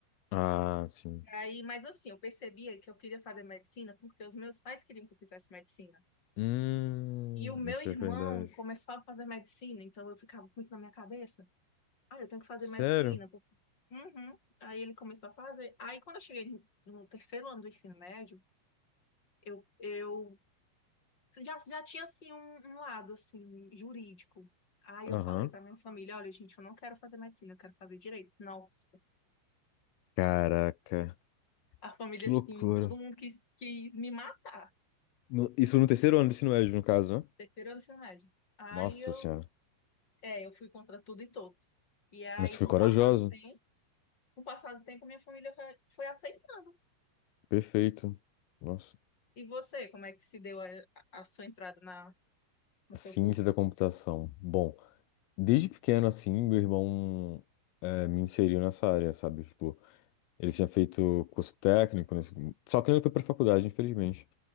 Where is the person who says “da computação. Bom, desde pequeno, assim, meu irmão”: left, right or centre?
Left